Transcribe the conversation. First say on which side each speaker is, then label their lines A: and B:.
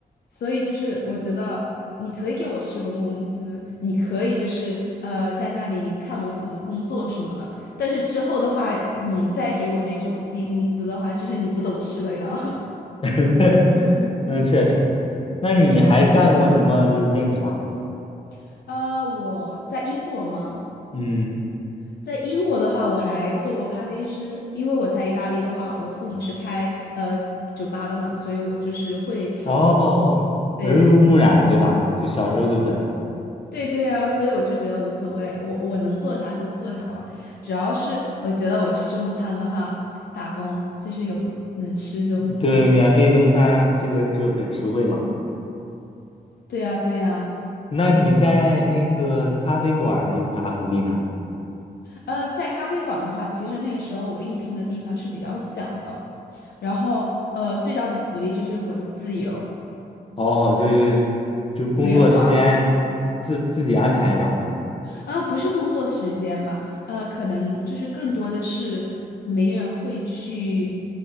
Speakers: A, on the left; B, on the left.
A: 所以就是我觉得你可以给我试工工资，你可以就是呃在那里看我怎么工作什么的，但是之后的话，你再给我那种低工资的话，就是你不懂事了呀。
B: <laughs> 那确实，那你还干过什么就是兼职啊？
A: <laughs> 呃，我在英国嘛，
B: 嗯。
A: 在英国的话，我还做过咖啡师，因为我在意大利的话，我父母是开呃酒吧的嘛，所以我就是会调酒。
B: 哦，
A: 对，
B: 耳濡目染，对吧？就小时候就会，
A: 对对啊，所以我就觉得无所谓，我我能做啥就做啥吧，主要是我觉得我吃中餐的话，打工就是有能吃中餐。
B: 对，免费中餐这个就很实惠嘛。
A: 对呀对呀，
B: 那你在那个咖啡馆儿有啥福利呢？
A: 比呃在咖啡馆的话，其实那个时候我应聘的地方是比较小的，然后呃最大的福利就是我的自由，
B: 哦，就是就工作时间自自己安排是吧？
A: 没人管啊，不是工作时间嘛，呃，可能就是更多的是没人会去